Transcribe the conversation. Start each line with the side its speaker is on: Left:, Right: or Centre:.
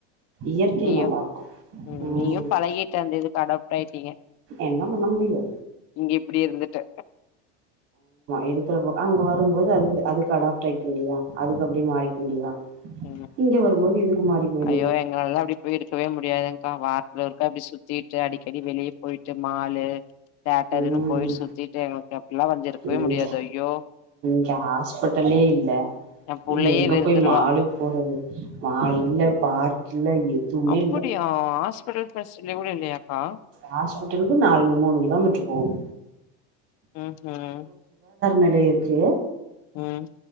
Right: இயற்கை
Left: நீயு
Right: நல்லா இருக்கு
Left: உம்
Right: ம்
Left: நீயு பழகிட்ட அந்த இதுக்கு அடாப் டாய்டீங்க
Right: என்ன பண்ண முடியு
Left: இங்க இப்படியே இருந்துட்டு
Right: இருக்கிறபோ அங்க வரும்போது அதுக்கு அதுக்கு அடாப்ட் ஆகிக்க வேண்டியதா அதுக்கு அப்படியே மாறிக்க வேண்டியதா
Left: உம்
Right: இங்க வரும்போது இதுக்கு மாறிக்க வேண்டியதா
Left: ஐயோ எங்களால அப்படி போய் இருக்கவே முடியாதுங் வாரத்துல ஒருக்கா அப்படி சுத்திட்டு அடி <unintelligible> வெளிய போயிட்டு மாலு தேட்டர்ன்னு
Right: ம்
Left: போயிட்டு சுத்திட்டு எனக்கு எப்படிலா வந்திருக்கவே
Right: இங்க
Left: முடியாது ஐயோ
Right: இங்க ஹாஸ்பிட்டலே இல்ல
Left: எ புள்ளையே
Right: இங்க எங்க
Left: வெறுத்துருவா
Right: போய் மாலுக்கு போறது மால் இல்ல பார்க் இல்ல எதுவுமே
Left: அப்டியா
Right: இல்ல
Left: <unintelligible> கூட இல்லையாக்கா
Right: ஹாஸ்பிட்டலுக்கு நாலு மூணு கிலோமீட்டரு போணு
Left: ஹ்உம்
Right: நிலைய இருக்கு
Left: உம்